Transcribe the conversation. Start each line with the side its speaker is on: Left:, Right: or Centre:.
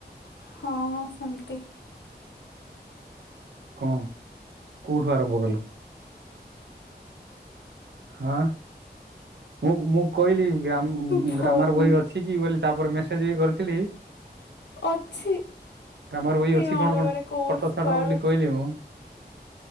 Left: ହଁ ସେମିତି
Right: କଣ କୋଉଠୁ ଆରମ୍ଭ କଲୁ ହାଁ? ମୁଁ ମୁଁ କହିଲି ଗ୍ରାମ୍
Left: ପଡୁନି
Right: ଗ୍ରାମାର ବହି ଅଛି କି ବୋଲି ତାପରେ ମେସେଜ ବି କରିଥିଲି।
Left: ଅଛି।
Right: ଗ୍ରାମାର ବହି ଅଛି
Left: ମୋର
Right: କଣ କଣ
Left: ଗୋଟେ କୋର୍ସ
Right: ଫଟୋ ଛାଡ
Left: କୁଆଡୁ
Right: ବୋଲି କହିଲି ମୁଁ।